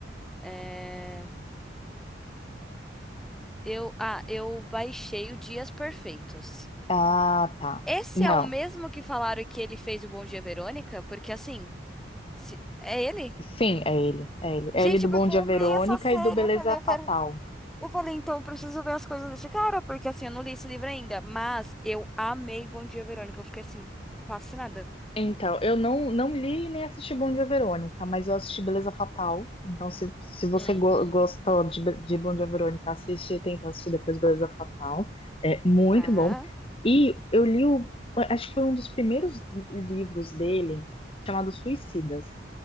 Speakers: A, in the centre; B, on the left (about 30°).
A: É... Eu... Ah, eu baixei o Dias Perfeitos.
B: Ah, tá.
A: Esse
B: Não.
A: é o mesmo que falaram que ele fez o Bom Dia, Verônica? Porque assim. Se- É ele?
B: Sim, é ele. É ele.
A: Gente,
B: É ele do Bom
A: porque
B: Dia
A: eu
B: Verônica
A: amei essa série.
B: e do Beleza
A: Eu falei, eu quero.
B: Fatal.
A: Eu falei, então eu preciso ver as coisas desse cara, porque assim, eu não li esse livro ainda. Mas eu amei Bom Dia, Verônica. Eu fiquei assim, fascinada.
B: Então, eu não, não li nem assisti Bom Dia Verônica, mas eu assisti Beleza Fatal. Então, se, se você
A: Hum,
B: go- gostou de, Be- de Bom Dia Verônica, assiste, tenta assistir depois Beleza Fatal. É muito
A: tá.
B: bom. E eu li o, acho que foi um dos primeiros livros dele, chamado Suicidas.